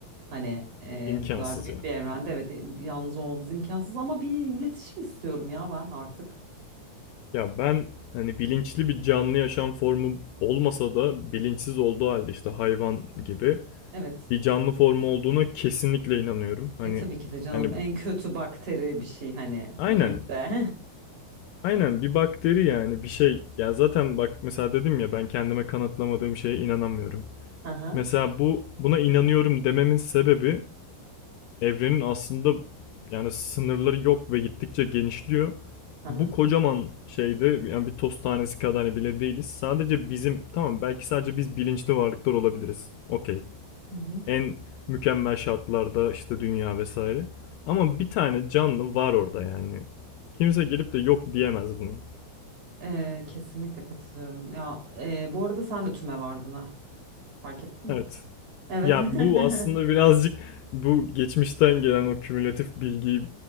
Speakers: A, on the right (about 55°); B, on the left (about 80°).
A: hani eee,
B: İmkansız
A: bu kadar büyük
B: ya.
A: bir evrende evet e, yalnız olmamız imkansız ama bir iletişim istiyorum ya ben artık.
B: Ya ben hani bilinçli bir canlı yaşam formu olmasa da bilinçsiz olduğu halde işte hayvan gibi
A: Evet.
B: bir canlı formu olduğuna kesinlikle inanıyorum. Hani
A: E tabii ki de canım
B: hani
A: en kötü bakteri bir şey hani
B: aynen
A: bir hücre.
B: aynen bir bakteri yani bir şey ya zaten bak mesela dedim ya ben kendime kanıtlamadığım şeye inanamıyorum.
A: <laughs> Aha,
B: Mesela bu buna inanıyorum dememin sebebi evrenin aslında yani sınırları yok ve gittikçe genişliyor.
A: aha.
B: Bu kocaman şeyde yani bir toz tanesi kadar hani bile değiliz. Sadece bizim tamam belki sadece biz bilinçli varlıklar olabiliriz. Okey.
A: Hı hı.
B: En mükemmel şartlarda işte dünya vesaire. Ama bir tane canlı var orada yani. Kimse gelip de yok diyemez buna.
A: E, kesinlikle katılıyorum. Ya e, bu arada sen de tüme vardın ha. Fark ettin
B: Evet.
A: mi? Evet.
B: Ya
A: <laughs>
B: bu aslında birazcık <laughs> bu geçmişten gelen o kümülatif bilgiyi